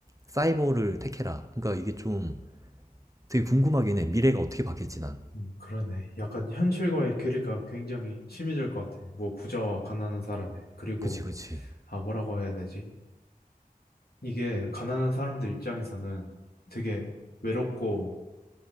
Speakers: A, on the right; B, on the left.
A: 사이버를 택해라. 그러니까 이게 좀 되게 궁금하긴 해. 미래가 어떻게 바뀔지 난.
B: 음, 그러네. 약간 현실과의 괴리가 굉장히 심해질 것 같아. 뭐 부자와 가난한 사람의. 그리고
A: 그치, 그치.
B: 아 뭐라고 해야 되지? 이게 가난한 사람들 입장에서는 되게 외롭고